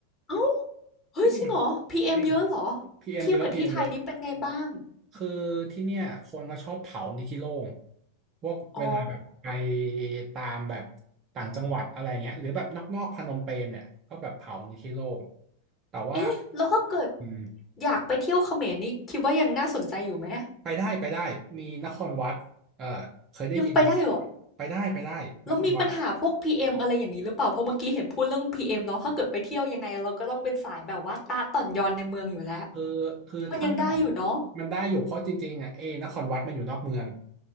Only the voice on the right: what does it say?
<laughs>
อืม
จริง
พีเอมเยอะพีเอมเยอะ
คือที่เนี่ยคนก็ชอบเผาในที่โล่งพวกเวลาแบบไป
ตามแบบต่างจังหวัดอะไรเงี้ยหรือแบบนอกๆพนมเปญเนี่ยก็แบบเผาในที่โล่งแต่ว่า
อืม
ไปได้ไปได้มีนครวัดเออเคยได้ยินเนาะ
ไปได้ไปได้นครวัด
คือคือถ้า
มันได้อยู่เพราะจริงๆอ่ะเอนครวัดมันอยู่นอกเมือง